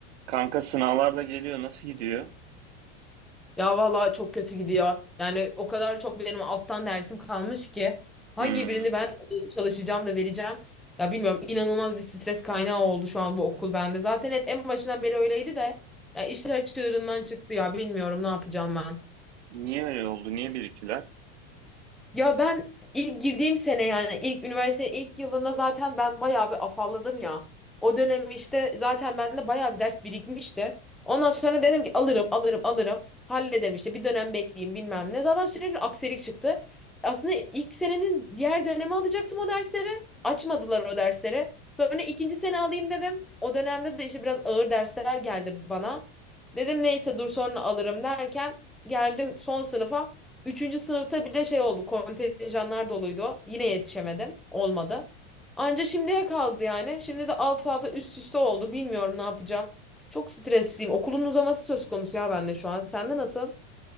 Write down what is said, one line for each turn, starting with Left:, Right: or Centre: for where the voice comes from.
Right: Kanka sınavlar da geliyor. Nasıl gidiyor?
Centre: Ya valla çok kötü gidiyor. Yani o kadar çok benim alttan dersim kalmış ki hangi
Right: Hmm.
Centre: birini ben e, çalışacağım da vereceğim. Ya bilmiyorum inanılmaz bir stres kaynağı oldu şu an bu okul bende. Zaten hep en başından beri öyleydi de ya işler çığırından çıktı ya bilmiyorum ne yapacağım ben.
Right: Niye öyle oldu? Niye biriktiler?
Centre: Ya ben ilk girdiğim sene yani ilk üniversite ilk yılında zaten ben bayağı bir afalladım ya. O dönem işte zaten bende bayağı bir ders birikmişti. Ondan sonra dedim ki alırım alırım alırım hallederim işte bir dönem bekleyeyim bilmem ne. Zaten sürekli aksilik çıktı. Aslında ilk senenin diğer dönemi alacaktım o dersleri. Açmadılar o dersleri. Sonra ikinci sene alayım dedim. O dönemde de işte biraz ağır dersler geldi bana. Dedim neyse dur sonra alırım derken geldim son sınıfa. Üçüncü sınıfta bile şey oldu. Kontenjanlar doluydu. Yine yetişemedim. Olmadı. Anca şimdiye kaldı yani. Şimdi de alt alta üst üste oldu. Bilmiyorum ne yapacağım. Çok stresliyim. Okulun uzaması söz konusu ya bende şu an. Sende nasıl?